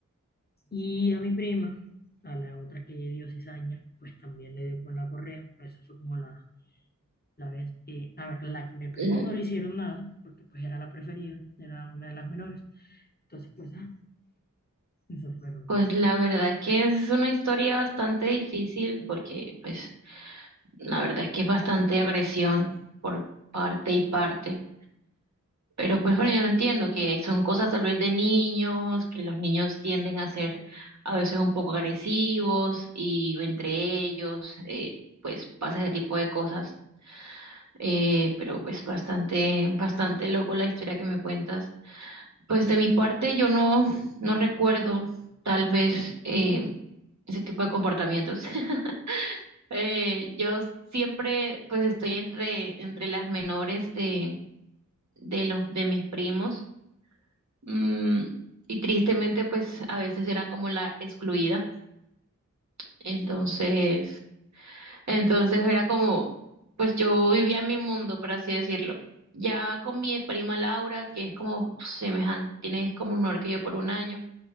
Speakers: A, on the left; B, on the right.
A: Y a mi prima, a la otra que dio cizaña, pues también le dio con la correa. Esa fue como la, la vez. eh, a ver, la que me pegó
B: Mm,
A: no le hicieron nada, porque pues era la preferida, era una de las menores. Entonces, pues, ah, eso fueron.
B: Pues la verdad es que es una historia bastante difícil porque, pues, la verdad es que es bastante agresión por parte y parte. Pero pues bueno, yo no entiendo que son cosas tal vez de niños, que los niños tienden a ser a veces un poco agresivos y entre ellos eh, pues pasa ese tipo de cosas. Eh, pero pues bastante, bastante loco la historia que me cuentas. Pues de mi parte yo no, no recuerdo tal vez eh, ese tipo de comportamientos. <laughs> Eh, yo siempre pues estoy entre, entre las menores de, de los, de mis primos. Mm, y tristemente, pues a veces era como la excluida. Entonces,
A: Sí,
B: entonces era como, pues yo vivía en mi mundo, por así decirlo. Ya con mi prima Laura, que es como semejante, tiene es como menor que yo por un año,